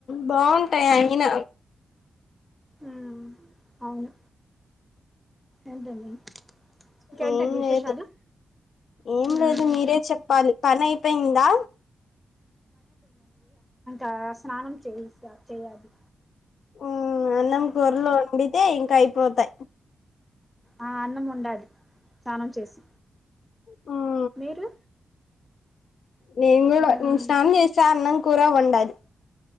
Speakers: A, on the left (about 70°); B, in the centre.
A: బాగుంటాయి అంగిన
B: ఉ అవును ఏంటండి ఇంకేంటండి
A: ఏం లేదు
B: విశేషాలు
A: ఏం
B: ఉమ్
A: లేదు మీరే చెప్పాలి పని అయిపోయిందా
B: ఆ స్నానం చేయిస్తా చేయాలి
A: హ్మ్ అన్నం కూరలు వండితే ఇంకా అయిపోతాయ్
B: ఆ అన్నం వండాలి స్నానం చేసి
A: హ్మ్
B: మీరు
A: నేను కూడా
B: మ్మ్
A: నేను స్నానం చేసా అన్నం కూర వండాలి